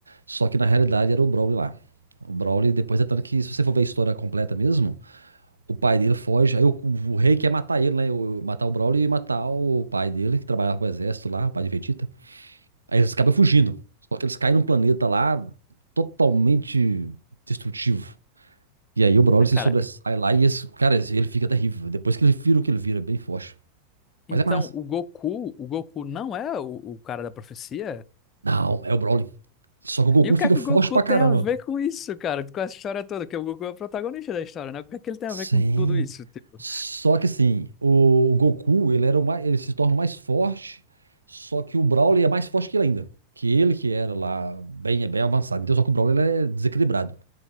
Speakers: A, on the right; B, on the left.
A: Só que na realidade era o Broly lá. O Broly, depois é tanto que, se você for ver a história completa mesmo, o pai dele foge. Aí o, o rei quer matar ele, né? o- Matar o Broly e matar o pai dele, que trabalhava com o exército lá, o pai de Vegeta. Aí eles acabam fugindo.
B: Sim.
A: Só que eles caem num planeta lá totalmente destrutivo. E aí o Broly
B: Ah, cara,
A: se sobressai lá e esse, cara, esse- ele fica terrível. Depois que ele vira o que ele vira, é bem forte.
B: então
A: Mas é massa.
B: o Goku, o Goku não é o, o cara da profecia?
A: Não, é o Broly. Só que o Goku
B: E o que
A: fica
B: é que
A: forte
B: o Goku
A: pra
B: tem
A: caramba.
B: a ver com isso, cara? Com essa história toda, que o Goku é o protagonista da história, né? O que é que ele tem
A: Sim.
B: a ver com tudo isso, tipo?
A: Só que assim, o, o Goku, ele era o mais, ele se torna o mais forte, só que o Broly é mais forte que ele ainda. Que ele que era lá bem, é bem avançado. Então, só que o Broly ele é desequilibrado.